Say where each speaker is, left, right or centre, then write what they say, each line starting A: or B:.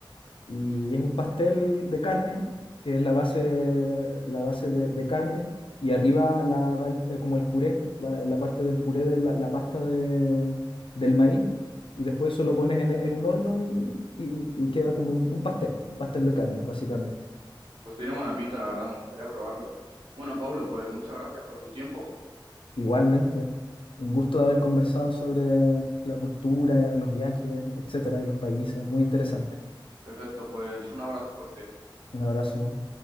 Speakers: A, on the left (about 85°); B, on the right (about 70°).
A: y es un pastel de carne, que es la base, la base de, de carne, y arriba la, va el- eh, como el puré, la, en la parte del puré de la, la pasta de- del maíz, y después eso lo pones en, en un horno y, y- y queda como un, un pastel, un pastel de carne, básicamente.
B: Pues tiene buena pinta, la verdad, me gustaría probarlo. Bueno, Pablo, pues muchas gracias por tu tiempo.
A: Igualmente, un gusto de haber conversado sobre la cultura, los viajes, etcétera, y los países, muy interesante.
B: Perfecto, pues un abrazo fuerte.
A: Un abrazo.